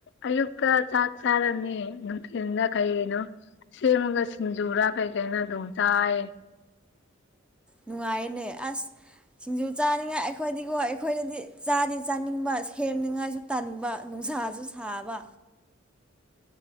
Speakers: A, on the left; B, in the centre.
A: ꯑꯌꯨꯛꯇ ꯆꯥꯛ ꯆꯥꯔꯅꯤ ꯅꯨꯡꯊꯤꯜꯗ ꯀꯩꯅꯣ ꯁꯦ ꯃꯒ ꯖꯨꯔꯥ ꯀꯩ ꯀꯥꯏ ꯅ ꯑꯗꯨꯝꯆꯥ ꯍꯥꯏ
B: ꯅꯨꯡꯉꯥꯏꯅꯦ ꯑꯁ ꯁꯤꯡꯖꯨ ꯆꯥꯅꯤꯡꯉꯥꯏ ꯑꯩꯈꯣꯏꯗꯤꯀꯣ ꯑꯩꯈꯣꯏꯗꯗꯤ ꯆꯥꯗꯤ ꯆꯥꯅꯤꯡꯕ ꯁꯦꯝꯅꯤꯡꯉꯥꯏꯁꯨ ꯇꯟꯕ ꯅꯨꯡꯁꯁꯨ ꯁꯥꯕ